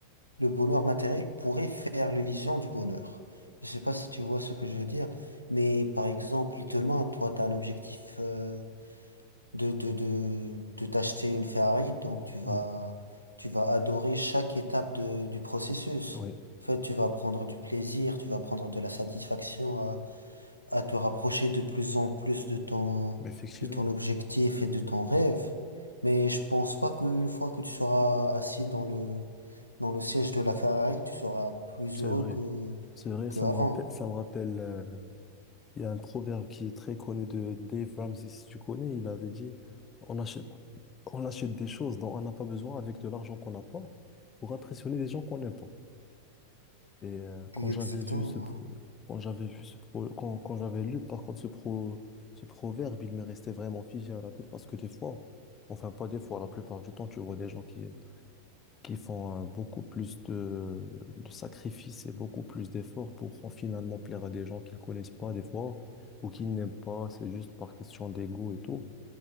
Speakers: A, on the left; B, on the left.
A: le bonheur matériel pourrait faire l'illusion du bonheur. Je sais pas si tu vois ce que je veux dire, mais par exemple, demain, toi, tu as un objectif, euh, de, de, de, de t'acheter une Ferrari, donc tu vas,
B: Oui,
A: tu vas adorer chaque étape de, du processus.
B: oui,
A: En fait, tu vas prendre du plaisir, tu vas prendre de la satisfaction à, à te rapprocher de plus en plus de ton,
B: effectivement,
A: de ton objectif et de ton rêve. Mais je pense pas qu'une fois que tu seras assis dans le, dans le siège de la Ferrari, tu seras plus
B: c'est
A: heureux
B: vrai.
A: que,
B: C'est vrai,
A: que
B: ça
A: avant.
B: me rappelle, ça me rappelle, euh, il y a un proverbe qui est très connu de Dave Ramsey, si tu connais, il avait dit, on achète, on achète des choses dont on n'a pas besoin avec de l'argent qu'on n'a pas pour impressionner des gens qu'on n'aime pas. Et euh, quand
A: Exactement,
B: j'avais vu ce pro-
A: ouais.
B: quand j'avais vu ce pro- quand, quand j'avais lu par contre ce pro- ce proverbe, il me restait vraiment figé à la tête parce que des fois, enfin pas des fois, la plupart du temps, tu vois des gens qui qui font euh, beaucoup plus de, de sacrifices et beaucoup plus d'efforts pour euh, finalement plaire à des gens qu'ils connaissent pas des fois ou qu'ils n'aiment pas, c'est juste par question d'ego et tout,